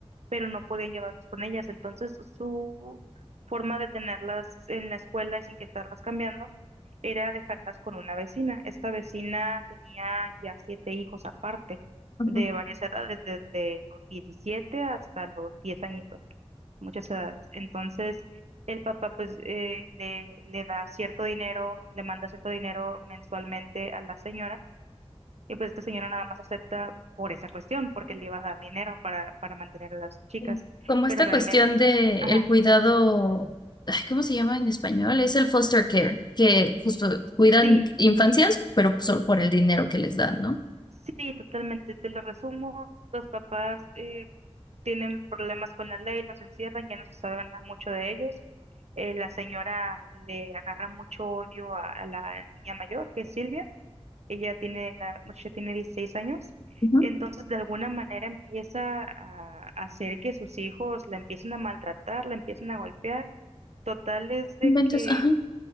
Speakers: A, on the right; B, on the left.
A: pero no podían llevarlos con ellas. Entonces, su forma de tenerlas en la escuela y sin que estarlas cambiando era dejarlas con una vecina. Esta vecina tenía ya siete hijos aparte,
B: ujú.
A: de varias edades, desde los 17 hasta los 10 añitos, muchas edades. Entonces, el papá pues eh, le, le da cierto dinero, le manda cierto dinero mensualmente a la señora y pues esta señora nada más acepta por esa cuestión, porque le iba a dar dinero para, para mantener a las chicas.
B: Sí. Como
A: Pero
B: esta
A: realmente,
B: cuestión de
A: ajá,
B: el cuidado, ay, ¿cómo se llama en español? Es el foster care, que justo cuidan
A: sí,
B: infancias, pero solo por el dinero que les dan, ¿no?
A: sí, totalmente. Te lo resumo, los papás eh, tienen problemas con la ley, los encierran, ya no se sabe nada mucho de ellos. Eh, la señora le agarra mucho odio a, a la niña mayor, que es Silvia. Ella tiene, la muchacha tiene 16 años.
B: Ujú.
A: Entonces, de alguna manera empieza a a hacer que sus hijos la empiecen a maltratar, la empiecen a golpear Total es de
B: Inventes,
A: que
B: ajá,